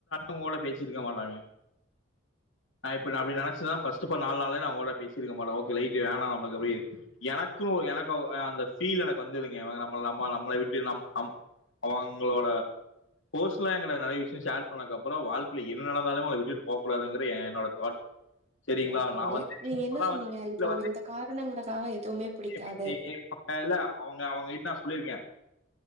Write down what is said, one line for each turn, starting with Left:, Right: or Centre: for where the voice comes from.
Left: ஒங்கூட பேசிருக்க மாட்டாங்க நா இப்ப நா அப்டி நெனைச்சனா ஃபர்ஸ்ட்டு பண்ண நால் நாளே நா உங்க கூட பேசிருக்க மாட்ட ஓகே ரைட்டு வேணா நம்மளுக்கு அப்டி எனக்கு எனக்கு அந்த ஃபீல் எனக்கு வந்துதுங்கே நம் நம்ம நம்மளை விட்டு நம் அம் அவங்ளோட ஃபோர்ஸ்னலா எகிட்ட நெறைய விஷயோ ஷேர் பண்ணக்க அப்பறோ வாழ்க்கைல என்ன நடந்தாலுமே உங்கள விட்டுட்டு போக கூடாதுங்கற என்னோட தாட் சரிங்களா
Right: இல்ல, அது
Left: நா வந்து
Right: நீங்க
Left: <inaudible>
Right: என்ன சொன்னீங்க
Left: வந்து <unintelligible> வீட்ல
Right: இப்போ
Left: வந்து
Right: இந்த காரணங்களுக்காக எதுவுமே புடிக்காது
Left: <inaudible> இல்ல அவங்க அவங்ககிட்ட நா சொல்லிருக்கே